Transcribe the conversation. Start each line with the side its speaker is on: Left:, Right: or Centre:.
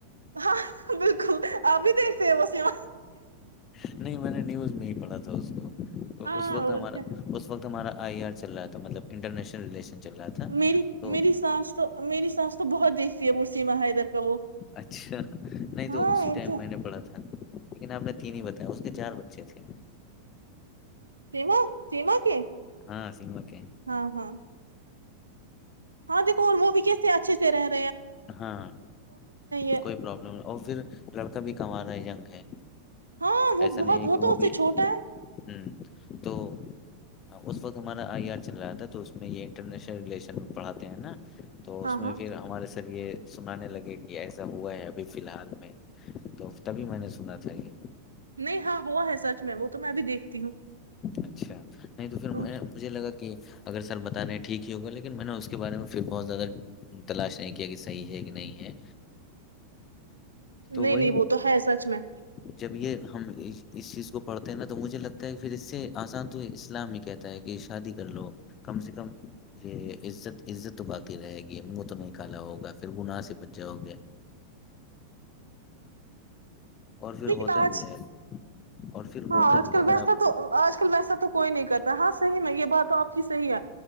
Right: ہاں بالکل آبھی دیکھتے ہیں بس یہاں
Left: نہیں میں نے نیوز نہیں پڑھا تھا اس کو
Right: ہاں
Left: اس وقت
Right: اور
Left: ہمارا
Right: کیا
Left: اس وقت ہمارا آئی آر چل رہا تھا مطلب انٹرنیشن ریلیشن چل رہا تھا
Right: میری
Left: تو
Right: میری سانس تو میری سانس تو بہت دیکھتی ہے وہ سیما ہے ایدھر کا وہ
Left: اچھا نہیں
Right: ہاں
Left: تو
Right: اور
Left: اسی ٹائم
Right: کیا
Left: میں نے پڑھا تھا لیکن آپ نے تین ہی بتایا اس کے چار بچے تھے
Right: تم سیما کے
Left: ہاں سنما کے
Right: ہاں ہاں ہاں دیکو اور وہ بھی کیسے اچھے پیر <unintelligible>
Left: ہاںاں
Right: ہے
Left: کوئی پرابلم نہیں اور پھر لڑکا بھی کم آ رہا ہے جنگ ہے
Right: ہاں وہ
Left: ایسا
Right: بہت
Left: نہیں ہے کہ
Right: تو
Left: وہ
Right: اس
Left: بھی
Right: سے چھوٹا ہے
Left: ہ تو ہاں اس وقت ہمارا آئی آر چل رہا تھا تو اس میں یہ انٹرنیشنل ریلیشن پڑاتے ہیں نا تو
Right: ہاں
Left: اس میں
Right: ہاں
Left: پھر ہمارے ساتھ سر یہ سنانے لگے کہ ایسا ہوا ہے ابھی فی الحال میں تو تبھی میں نے سنا تھا یہ
Right: نہیں ہاں ہوا ہے سچ میں وہ تو میں بھی دیکھتی ہوں
Left: اچھا نہیں تو پھر
Right: ہاں
Left: میں مجھے لگا کہ اگر سر بتا رہے ہیں ٹھیک ہی ہوگا لیکن میں نے اس کے بارے میں پھر بہت زیادہ تلاش نہیں کیا کہ صحیح ہے کہ نہیں ہے تو
Right: نہیں
Left: وہی
Right: نہیں وہ تو ہے سچ میں
Left: جب یہ ہم اس چیز کو پڑھتے ہیں نا تو مجھے لگتا پھر اس سے آسان تو اسلام ہی کہتا ہے کہ شادی کر لو کم سے کم یہ عزت عزت تو باقی رہے گی من تو نہیں کالا ہوگا پھر گناہ سے بج جاؤگے پھر
Right: لیکن
Left: ہوتا
Right: آج
Left: بھی ہے اور پھر
Right: ہاں
Left: ہوتا
Right: آج
Left: بھی
Right: کل
Left: ہے اگر
Right: ویسا
Left: آپ
Right: تو آج کل ویسا تو کوئی نہیں کرتا ہاں صح میں یہ بات تو آپ کی صحی ہے